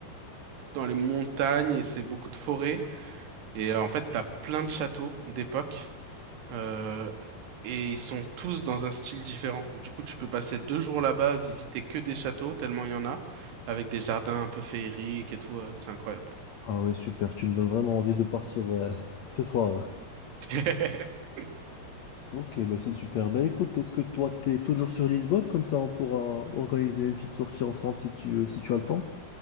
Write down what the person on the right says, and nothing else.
dans les montagnes et c'est beaucoup de forêts. Et euh, en fait, t'as plein de châteaux d'époque euh, et ils sont tous dans un style différent. Du coup, tu peux passer deux jours là-bas à visiter que des châteaux, tellement il y en a, avec des jardins un peu féeriques et tout. euh, c'est incroyable.
<laughs>